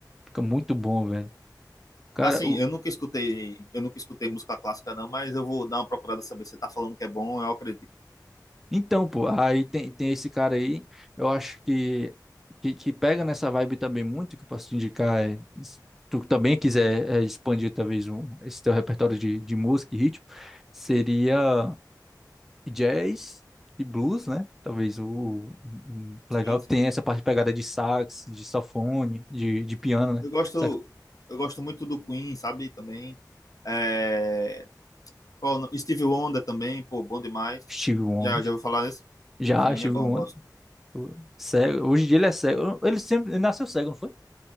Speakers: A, in the centre; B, on the left.
A: fica muito bom, velho. Cara,
B: Assim,
A: o,
B: eu nunca escutei, eu nunca escutei música clássica, não, mas eu vou dar uma procurada saber. Você tá falando que é bom, eu acredito.
A: então, pô, aí tem, tem esse cara aí, eu acho que, que, que pega nessa vibe também muito, que eu posso te indicar, é, se tu também quiser é, expandir, talvez, um, esse teu repertório de, de música e ritmo, seria... e jazz e blues, né? Talvez o um- um
B: Sim,
A: legal que
B: sim.
A: tem essa parte de pegada de sax, de saxofone, de, de piano, né?
B: Eu gosto,
A: Sax...
B: eu gosto muito do Queen, sabe? Também. É, Qual, o no- Steve Wonder também, pô, bom demais.
A: Steve Wonder.
B: Já, já vou falar nesse?
A: Já,
B: Sim,
A: Steve
B: é bom,
A: Wonder.
B: gosto.
A: pô, Cego. Hoje em dia ele é cego. Ele sempre ele nasceu cego, não foi?